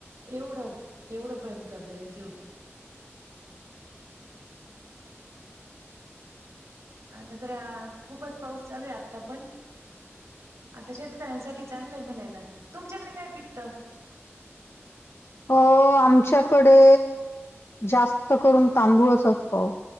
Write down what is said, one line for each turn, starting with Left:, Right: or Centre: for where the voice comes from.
Right: एवढं - एवढं प्रेम करता त्यांच्या वर. आता तर खूपच पाऊस चालू आहे आता पण - आता शेतकऱ्यांसाठी चांगलं आहे म्हणायला तुमच्याकडे काय पिकतं?
Left: अ आमच्याकडे जास्त करून तांदूळच असतो.